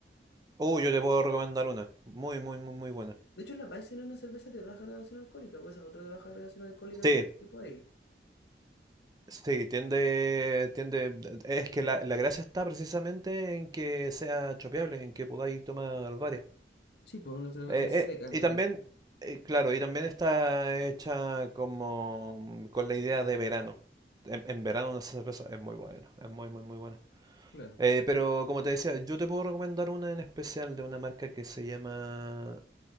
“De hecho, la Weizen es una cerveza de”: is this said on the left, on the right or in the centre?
Left